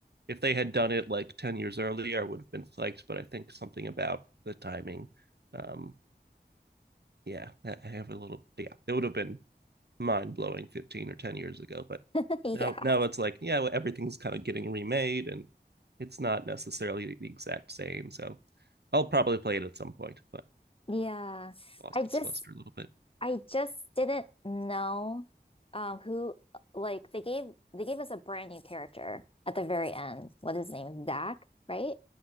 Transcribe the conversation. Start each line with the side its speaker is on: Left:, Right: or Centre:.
Right: if they had done it like 10 years earlier, I would have been psyched, but I think something about the timing, um, yeah, I I have a little, yeah, it would have been mind blowing 15 or 10 years ago. But
Left: <laughs> Yeah.
Right: now, now it's like, yeah, well, everything's kind of getting remade and it's not necessarily the exact same. So I'll probably play it at some point, but
Left: Yeah.
Right: lost
Left: I just
Right: its luster a little bit.
Left: I just didn't know um, who like they gave they gave us a brand new character at the very end. What is his name? Zach, right?